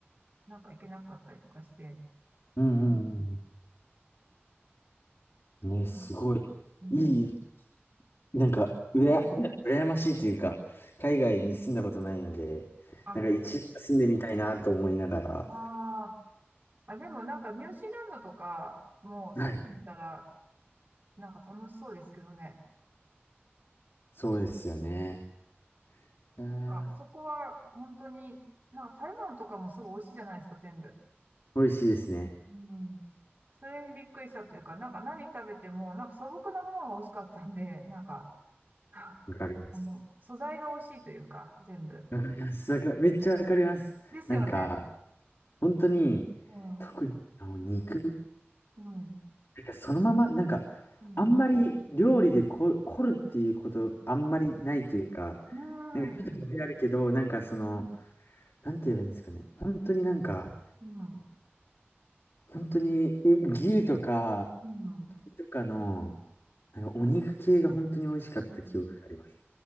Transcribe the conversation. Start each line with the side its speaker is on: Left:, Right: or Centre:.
Right: なんか行けなかったりとかして、
Left: うん
Right: うん
Left: うんうん。ね、
Right: でも
Left: すごい。
Right: うん
Left: いい、なんか、うら、
Right: うん
Left: 羨ましいというか、海外に住んだことないので、
Right: あ、
Left: なんか一度は住んでみたいなと思いながら。
Right: あーあ、でもなんかニュージーランドとかもう住んでみたら
Left: はい。
Right: なんか楽しそうですけどね。
Left: そうですよね。あ
Right: あ、あそこは本当に、
Left: ー
Right: なんか食べ物とかもすぐ美味しいじゃないですか、全部。
Left: 美味しいですね。
Right: うん。それにびっくりしたというか、なんか何食べても、なんか素朴なものが美味しかったんで、なんか、<laughs>
Left: わかります。
Right: あの、素材が美味しいというか、全部。
Left: わかります。わか、めっちゃわかります。
Right: ですよね。
Left: なんか、本当に、
Right: うん。
Left: 特にあの肉、
Right: うん。
Left: なんかそのまま、なんか、
Right: うん。
Left: あんまり料理でこ、凝るっていうこと、あんまりないというか、
Right: うん。
Left: なんかちょっと語弊あるけど、なんかその、
Right: うん。
Left: なんて言えばいいんですかね。本当になんか、
Right: うん。
Left: 本当にう牛とか、
Right: うん。
Left: 鶏とかの、なんかお肉系が本当に美味しかった記憶があります。
Right: うん